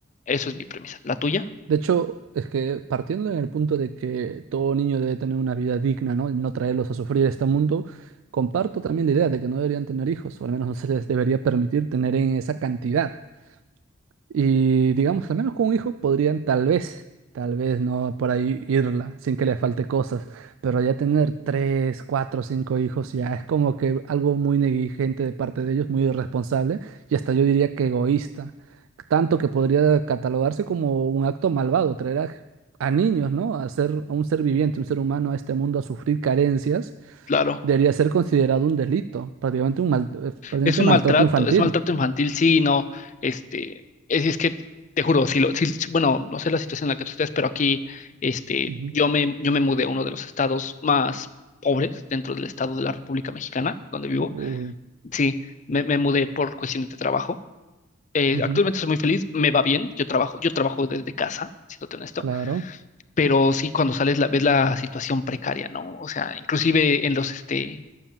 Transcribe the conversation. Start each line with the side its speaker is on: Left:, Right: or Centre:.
Left: Eso es mi premisa. ¿La tuya?
Right: De hecho, es que partiendo en el punto de que todo niño debe tener una vida digna, ¿no? Y no traerlos a sufrir este mundo, comparto también la idea de que no deberían tener hijos, o al menos no se les debería permitir tener en esa cantidad. Y digamos, al menos con un hijo podrían tal vez, tal vez no por ahí irla sin que le falte cosas, pero ya tener tres, cuatro, cinco hijos ya es como que algo muy negligente de parte de ellos, muy irresponsable y hasta yo diría que egoísta, tanto que podría catalogarse como un acto malvado, traer a, a niños, ¿no? A ser, a un ser viviente, un ser humano a este mundo a sufrir carencias,
Left: Claro.
Right: debería ser considerado un delito, prácticamente un mal- eh, prácticamente
Left: Es un
Right: maltrato
Left: maltrato,
Right: infantil.
Left: es maltrato infantil, sí, no, este, es, es que te juro, si lo, si, si- bueno, no sé la situación en la que tú estés, pero aquí, este,
Right: Ujú.
Left: yo me, yo me mudé a uno de los estados más pobres dentro del estado de la República Mexicana, donde vivo.
Right: Uy.
Left: Sí, me, me mudé por cuestiones de trabajo. Eh,
Right: Ujú.
Left: actualmente soy muy feliz, me va bien, yo trabajo, yo trabajo desde casa, siéndote honesto,
Right: Claro,
Left: pero sí cuando sales la, ves la situación precaria, ¿no? O sea, inclusive en los, este,